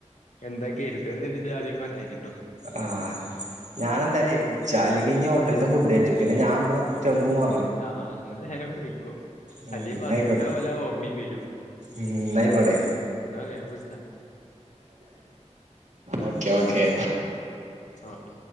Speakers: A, on the left (about 85°); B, on the right (about 80°).
A: എന്താ കര്താന്ന്ര്തിട്ടാ ആദ്യം പറയാഞ്ഞേ
B: ആ ഞാനെന്തല്ലേ വിളിച്ചാ അല്ലെങ്കിഞ്ഞ് ഹോ ട്ടല്ത്തേ ഫുഡഴിച്ചു പിന്നെ ഞാൻ ഇവിടെ ചെമ്പ് മോ
A: ആഹ് ഇന്നാനേരം പോയിക്കോ
B: ഉം
A: അല്ലേ വർക്കത്തെ
B: ന്നായിക്കോട്ടെ
A: വല്ല ഓർമ്മേം വരും
B: ഉം ന്നായിക്കോട്ടെ
A: ന്നാ ഞാൻ <unintelligible>
B: ഓക്കെ ഓക്കെ
A: ആഹ്